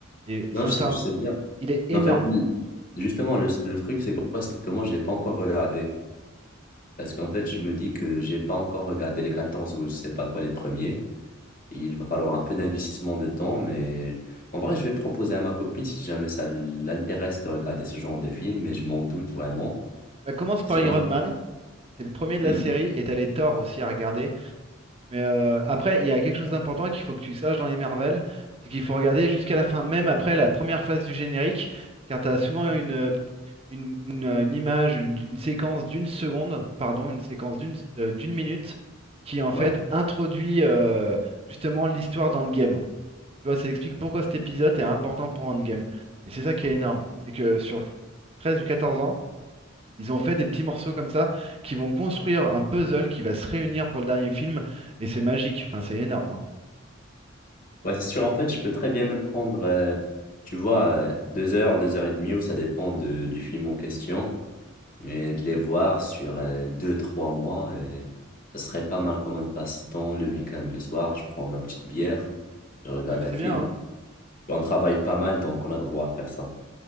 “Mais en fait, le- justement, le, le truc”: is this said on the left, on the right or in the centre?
Left